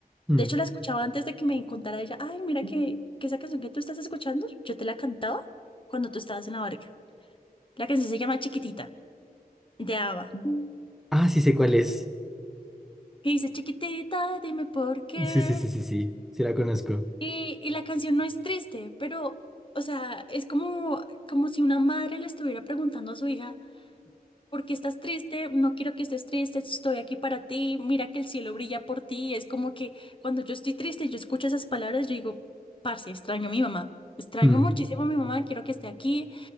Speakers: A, in the centre; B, on the left.
A: Ujú.
B: De
A: Mm.
B: hecho, la escuchaba antes de que me contara ella, ay, mira que, Mm. que esa canción que tú estás escuchando, yo te la cantaba cuando tú estabas en la barriga. La canción se llama Chiquitita, de ABBA. Mm.
A: Ah, sí sé cuál es.
B: Y dice, chiquitita, dime por qué.
A: Sí, sí, sí, sí, sí, sí la conozco.
B: Y, y la canción no es triste, pero, o sea, es como, como si una madre le estuviera preguntando a su hija. porque estás triste? No quiero que estés triste, estoy aquí para ti, mira que el cielo brilla por ti. Es como que cuando yo estoy triste y yo escucho esas palabras, yo digo, parce, extraño a mi mamá, extraño
A: Mm,
B: muchísimo a mi mamá, quiero que esté aquí,